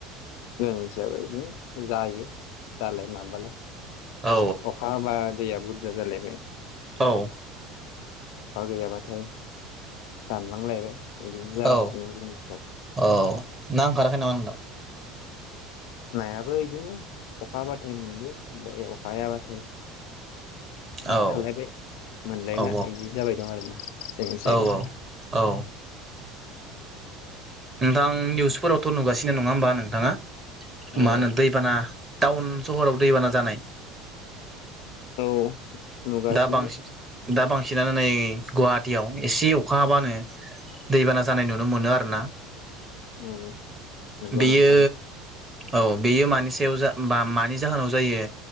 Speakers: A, on the left; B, on the right.
A: जोंथि जायबो इदिनो जायो जालाय माबालाय।
B: औ
A: अखा हाबा दैया बुरजा जालायबाय
B: औ
A: आइ अखा गैयाबाथाय दानलांलायबाय इदिनो जागासिनो
B: औ
A: जोंनि <unintelligible>
B: औ ना ओंखाराखै नामा नोंथां?
A: नायाबो इदिनो अखा हाबाथाइ मोनदो ओनफाय अखा हाबाथाय
B: औ
A: थालायबाय मोनलायला
B: औ
A: इदि जाबाय दं आरोना। जोंनिसायबो
B: औ औ औ। नोंथां निउसफोरावथ' नुगासिनो नङा होमबा नोंथाङा?
A: औ
B: मा होनो दैबाना टाउन सहराव दैबाना जानाय।
A: औ नुगासिनो
B: दा बांसि दा बांसिनानो नै गुवाहाटियाव एसे अखा हाबानो दैबाना जानाय नुनो मोनो आरो ना।
A: औ नंगौ
B: बियो
A: नोंथां
B: औ बेयो मानि सायाव जा बा मानि जाहोनाव जायो